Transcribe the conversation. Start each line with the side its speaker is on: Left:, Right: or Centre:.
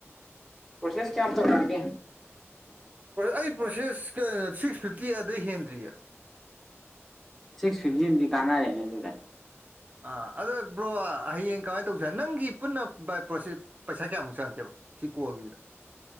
Centre: ꯄ꯭ꯔꯣꯁꯦꯁ ꯀꯌꯥꯝ ꯇꯧꯔꯛꯑꯒꯦ
Right: ꯑꯩ ꯄ꯭ꯔꯣꯁꯦꯁ ꯀ ꯁꯤꯛꯁ ꯐꯤꯐꯇꯤ ꯑꯗꯩ ꯍꯦꯟꯗ꯭ꯔꯤꯑꯦ
Centre: ꯁꯤꯛꯁ ꯐꯤꯞꯇꯤꯗꯨꯗꯤ ꯀꯥꯟꯅꯔꯦꯅꯦ ꯑꯗꯨꯗꯤ
Right: ꯑꯥ ꯑꯗ ꯕ꯭ꯔꯣ ꯍꯌꯦꯡ ꯀꯃꯥꯏꯅ ꯇꯧꯁꯦ ꯍꯥꯢꯅꯣ ꯅꯪꯒꯤ ꯄꯨꯟꯅ ꯕꯥꯏ ꯄ꯭ꯔꯣꯁꯦ ꯄꯩꯁꯥ ꯀꯌꯥꯃꯨꯛ ꯆꯪꯉꯛꯀꯦꯕ ꯁꯤ ꯀꯣꯜꯒꯤ